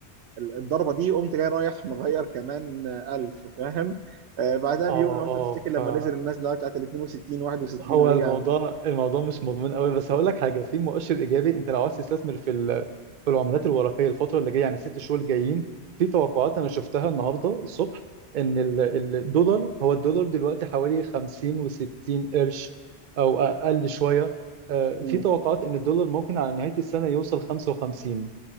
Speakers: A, on the right; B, on the right.
A: الضربه دي قمت جاي رايح مغير كمان آه، 1000 فاهم آه بعدها
B: اه
A: بيوم لو انت تفتكر لما
B: اه
A: نزل النازله بتاعت ال 62 61
B: هو
A: ورجع
B: الموضوع الموضوع مش مضمون قوي بس هقول لك حاجه في مؤشر ايجابي انت لو عايز تستثمر في ال- في العملات الورقيه الفتره اللي جايه يعني الست شهور الجايين في توقعات انا شفتها النهارده الصبح ان ال- ال- الدولار هو الدولار دلوقتي حوالي 50 و60 قرش او اقل شويه آه،
A: مم.
B: في توقعات ان الدولار ممكن على نهايه السنه يوصل 55